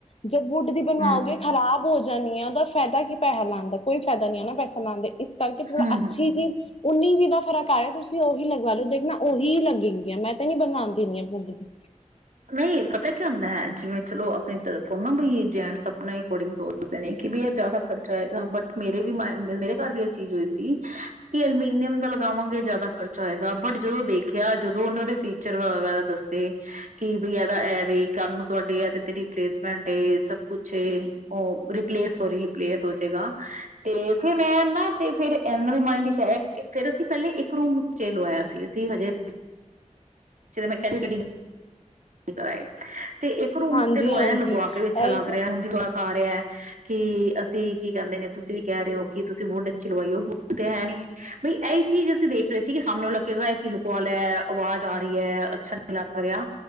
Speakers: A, on the left; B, on the right.
A: ਜ ਵੁੱਡ ਦੀ ਬਣਵਾਓਗੇ
B: ਹਮ
A: ਖ਼ਰਾਬ ਹੋੋ ਜਾ ਨ ਉਹਦਾ ਫਾਇਦਾ ਕੀ ਪੈਸਾ ਲਾਨ ਦਾ ਕੋਈ ਫਾਇਦਾ ਨੀ ਹੈ ਨਾ ਪੈਸਾ ਸੁਣਾਉਦੇ ਇਸ ਕਰਕੇ ਥੋੜਾ
B: ਹਮ
A: ਅੱਛੀ
B: ਹਮ
A: ਜ ਉੱਨੀ ਵੀ ਦਾ ਫਰਕ ਆ ਰਿਹਾ ਤੁਸੀਂ ਉਹੀ ਲਗਵਾ ਲਓ ਦੇਖਣਾ ਉਹੀ ਲੱਗਗੀਆਂ ਮੈਂ ਤਾਂ ਨੀ ਬਣਵਾਉਣ ਦਿੰਦੀ ਹਾਂ ਵੁਡ ਦੀ
B: ਨਹੀਂ ਪਤਾ ਕੀ ਹੁੰਦਾ ਹੈ ਜਿਵੇਂ ਚਲੋ ਆਪਣੀ ਤਰਫ ਨਾ ਬ ਜੈਂਟਸ ਆਪਣੇ ਅਕੋਰਡਿੰਗ ਸੋਚਦੇ ਨੇ ਕਿ ਬ ਇਹ ਜ਼ਿਆਦਾ ਖਰਚਾ ਹੋਏਗਾ ਬਟ ਮੇਰੇ ਵੀ ਮ ਮੇਰੇ ਘਰ ਵੀ ਇਹ ਚੀਜ਼ ਹੋਈ ਸੀ ਕਿ ਅਲਮੀਨੀਅਮ ਦਾ ਲਗਾਵਾਂਗੇ ਜਿਆਦਾ ਖਰਚਾ ਹੋਏਗਾ ਬਟ ਜਦੋਂ ਦੇਖਿਆ ਜਦੋਂ ਉਹਨੇ ਉਹਦੇ ਫੀਚਰ ਵਗੈਰਾ ਦੱਸੇ ਕਿ ਬਈ ਇਹਦਾ ਐਵੇ ਕੱਲ ਨੂੰ ਤੁਹਾਡੀ ਇਹਦੇ ਤੇ ਰਪਲੇਸਮੈਂਟ ਸਬ ਕੁਛ ਉਹ ਰਪਲੇਸ ਸੋਰੀ ਰਪਲੇਸ ਹੋਜੇਗਾ ਤੇ ਫੇਰ ਮੈਂ ਨਾ ਤੇ ਫਿਰ ਇਹਨਾਂ ਦੇ ਮਾਇੰਡ ਚ ਆਇਆ ਫਿਰ ਅਸੀਂ ਪਹਿਲੇ ਇੱਕ ਰੂਮ ਚ ਲਵਾਇਆ ਸੀ ਅਸੀਂ ਹਜੇ ਮੈਂ ਕਹਿ ਕਕਰ ਤੇ ਇੱਕ ਰੂਮ
A: ਹਾਂਜੀ
B: ਉੱਤੇ ਲਵਾਇਆ
A: ਹਾਂਜੀ
B: ਲਗਵਾ
A: ਇਹੀ
B: ਕੇ ਅੱਛਾ ਲੱਗ
A: ਨਾ
B: ਰਿਹਾ ਹੁਣ ਖਾ ਰਿਹਾ ਕਿ ਅਸੀਂ ਕੀ ਕਹਿੰਦੇ ਨੇ ਤੁਸੀਂ ਵੀ ਕਹਿ ਰਹੇ ਹੋ ਕਿ ਤੁਸੀਂ ਵੁੱਡ ਅੱਛੀ ਲਵਾਈਓ ਵੁੱਡ ਤੇ ਹੈ ਨੀ ਬਈ ਇਹੀ ਚੀਜ਼ ਅਸੀਂ ਦੇਖ ਰਹੇ ਸੀ ਕਿ ਸਾਹਮਣੇ ਕਹੇਗਾ ਆ ਕੀ ਲੁਕਵਾ ਲਿਆ ਆਵਾਜ਼ ਆ ਰਹੀ ਹੈ ਅੱਛਾ ਲੱਗ ਰਿਹਾ